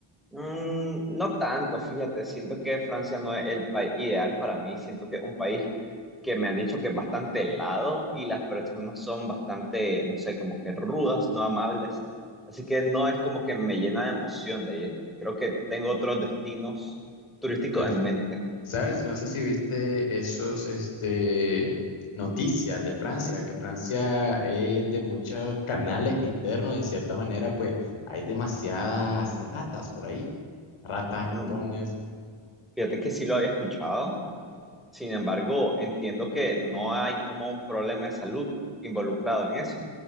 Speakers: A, in the centre; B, on the left.
A: Mm, no tanto, fíjate, siento que Francia no es el país ideal para mí, siento que es un país que me han dicho que es bastante helado y las personas son bastante, no sé, como que rudas, no amables, así que no es como que me llena de emoción de ir. Creo que tengo otros destinos turísticos
B: Listo.
A: en mente.
B: ¿Sabes? No sé si viste esos, este, noticias de Francia, que Francia es de muchos canales internos, de cierta manera, pues hay demasiadas ratas por ahí. Ratas, ratones.
A: Mm, fíjate que sí lo había escuchado, sin embargo, entiendo que no hay como un problema de salud involucrado en eso.